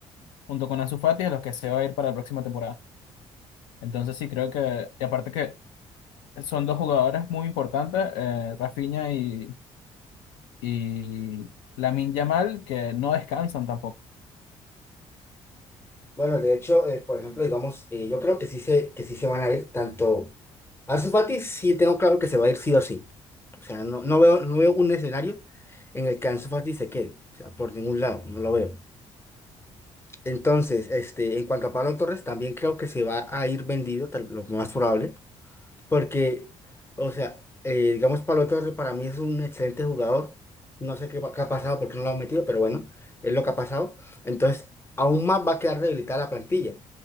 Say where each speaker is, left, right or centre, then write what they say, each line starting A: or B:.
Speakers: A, on the left (about 80°); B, on the left (about 15°).
A: junto con Ansu Fati, a los que se va a ir para la próxima temporada. Entonces sí, creo que, y aparte que son dos jugadores muy importantes, eh, Rafinha y, y Lamine Yamal, que no descansan tampoco.
B: Bueno, de hecho, eh, por ejemplo, digamos, eh, yo creo que sí se, que sí se van a ir tanto. Ansu Fati sí tengo claro que se va a ir sí o sí. O sea, no, no veo, no veo un escenario en el que Ansu Fati se quede. O sea, por ningún lado, no lo veo. Entonces, este, en cuanto a Pablo Torres, también creo que se va a ir vendido, tal- lo más probable. Porque, o sea, eh, digamos, Pablo Torre para mí es un excelente jugador. No sé qué, va- qué ha pasado, porque no lo han metido, pero bueno, es lo que ha pasado. Entonces, aún más va a quedar debilitada la plantilla.